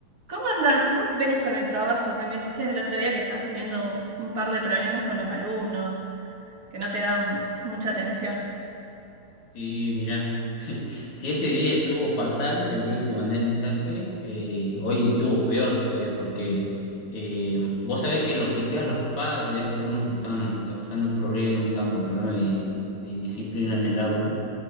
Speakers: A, on the right (about 40°); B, on the left (about 55°).
A: ¿Cómo andás? ¿Cómo venís con el trabajo? Que me decías el otro día que estabas teniendo un un par de problemas con los alumnos, que no te dan mucha atención.
B: Sí, mirá, <laughs> si ese día estuvo fatal, el día que te mandé el mensaje, eh, hoy estuvo peor todavía, porque eh, vos sabés que los cité a los padres de estos alumnos que me están causando problemas, que están con problemas de, de indisciplina en el aula,